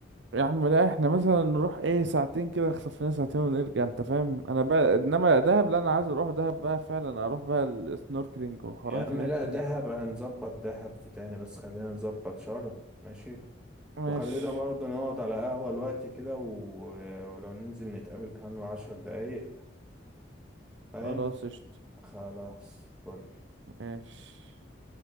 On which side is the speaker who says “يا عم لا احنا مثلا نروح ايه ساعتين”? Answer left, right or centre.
Right